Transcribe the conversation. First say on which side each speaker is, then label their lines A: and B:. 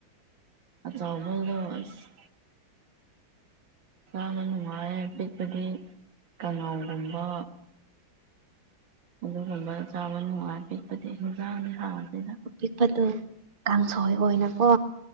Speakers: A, on the right; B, on the right.
A: ꯑꯆꯥꯎꯕꯗꯣ ꯑꯁ ꯆꯥꯕ ꯅꯨꯡꯉꯥꯏꯌꯦ ꯑꯄꯤꯛꯄꯒꯤ ꯀꯅꯥꯎꯒꯨꯝꯕ ꯑꯗꯨꯒꯨꯝꯕ ꯆꯥꯕ ꯅꯨꯡꯉꯥꯏ ꯄꯤꯛꯄꯗꯤ ꯍꯟꯖꯥꯡꯗꯤ ꯍꯥꯡꯉꯗꯤ
B: ꯑꯄꯤꯛꯄꯗꯨ ꯀꯥꯡꯁꯣꯏ ꯑꯣꯏꯅꯀꯣ